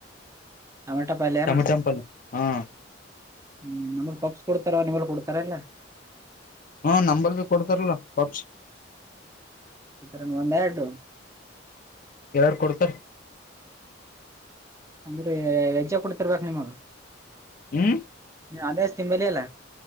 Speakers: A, on the right; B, on the left.
A: ಟೊಮೆಟೊ ಪಲ್ಯ ಏನ
B: ಟಮಟಪಲ್ ಹಾ
A: ಹ್ಮ್ ನಮಗ್ ಪಬ್ಸ್ ಕೊಡ್ತಾರ ನಿವಲ್ ಕೊಡ್ತಾರಲ್ಲ
B: ಹಾ ನಂಬರ್ ಭ ಕೊಡ್ತಾರಲ್ಲ ಪಪ್ಸ್
A: ಇತರ ಒಂದೆರಡು
B: ಎರಡು ಕೊಡ್ತಾರ
A: ಅಂದ್ರೆ ವೆಜ್ಜ ಕೂಡತಿರ್ಬೇಕ್ ನಿಮಗ
B: ಹ್ಮ
A: <unintelligible> ನೀ ಅದಸ್ತಿಮ್ಮಂಬಳಿ ಅಲ್ಲ